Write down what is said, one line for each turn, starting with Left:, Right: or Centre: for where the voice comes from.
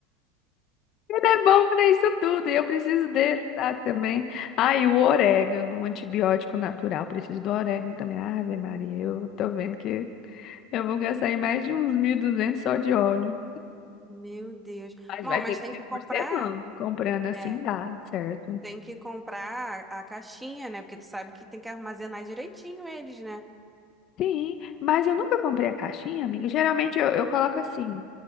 Left: Ele é bom pra isso tudo, e eu preciso dele, sabe, também. Ah, e o orégano, um antibiótico natural, preciso do orégano também. Ave Maria, eu tô vendo que eu vou gastar aí mais de uns 1.200 só de óleo.
Centre: Meu Deus.
Left: Mas
Centre: Bom,
Left: vai
Centre: mas
Left: ter que
Centre: tem
Left: ser
Centre: que comprar.
Left: por semana, comprando assim
Centre: É,
Left: dá, certo?
Centre: tem que comprar a, a caixinha, né? Porque tu sabe que tem que armazenar direitinho eles, né?
Left: Sim, mas eu nunca comprei a caixinha, amiga. Geralmente eu, eu coloco assim.